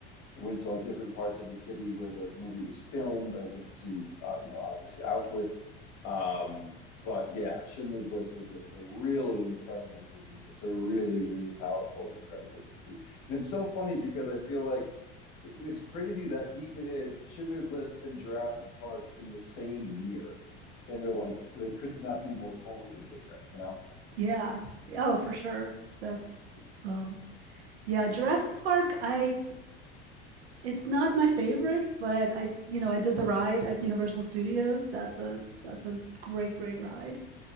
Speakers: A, on the left; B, on the right.
A: went to like different parts of the city where the movie was filmed. I went to uh, you know obviously Auschwitz. Um, but yeah, Schindler's List is a, is a really incredible movie. It's a really really powerful and incredible movie. And it's so funny because I feel like it's crazy that he did Schindler's List and Jurassic Park in the same year. And they're like they could not be more tonally different, you know?
B: Yeah. Oh, for sure. That's um yeah, Jurassic Park I it's not my favorite, but I you know, I did the ride at Universal Studios. That's a that's a great great ride